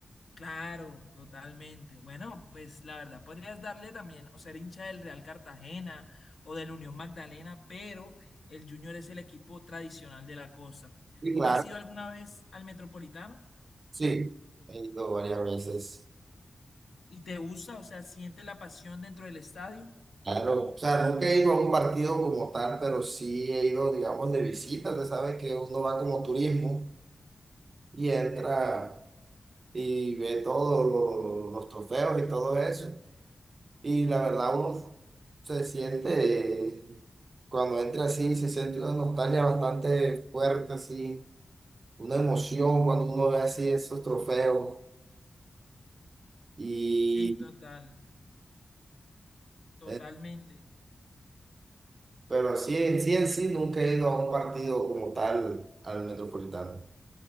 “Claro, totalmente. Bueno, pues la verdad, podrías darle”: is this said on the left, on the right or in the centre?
Left